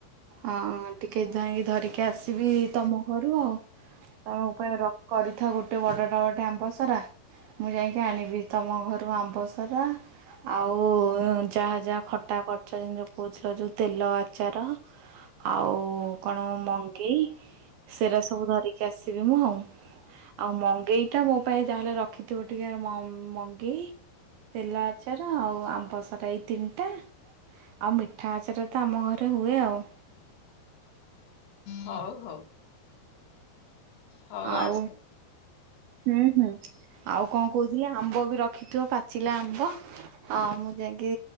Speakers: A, on the right (about 75°); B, on the left (about 80°).
A: ହଁ ଟିକେ ଯାଇକି ଧରିକି ଆସିବି ତମ ଘରୁ ଆଉ। ତମ ଉପ କରିଥା ଗୋଟେ ବଡଟା ବଟେ ଆମ୍ବ ସାରା। ମୁଁ ଯାଇକି ଆଣିବି, ତମ ଘରୁ ଆମ୍ବ ସରା। ଆଉ ଯାହା ଯାହା ଖଟା କ ଜିନ କହୁଥିଲ ଯୋଉ ତେଲ ଆଚାର ଆଉ କଣ ମଙ୍ଗେଇ, ସେରା ସବୁ ଧରିକି ଆସିବି ମୁଁ। ଆଉ ମଙ୍ଗେଇ ଟା ମୋ ପାଇଁ ଯାହାହେଲେ ରଖିଥିବ ଟିକେ ମମ ମଙ୍ଗେଇ। ତେଲ ଆଚାର ଆଉ ଆମ୍ବ ସଟା ଏଇ ତିନିଟା। ଆଉ ମିଠା ଆଚାର ତ ଆମ ଘରେ ହୁଏ ଆଉ।
B: ହଉ ହଉ। ହଉ
A: ଆଉ
B: ଆସ।
A: ହୁଁ ହୁଁ। ଆଉ କଣ କହୁଥିଲେ ଆମ୍ବ ବି ରଖି ଠ ପାଚିଲା ଆମ୍ବ ଆ ମୁଁ ଯାଇକି